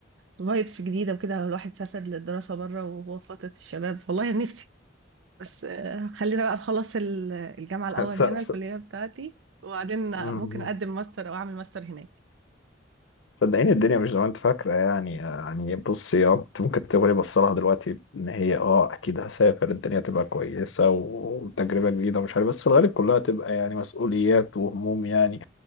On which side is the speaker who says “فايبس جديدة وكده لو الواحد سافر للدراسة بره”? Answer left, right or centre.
Right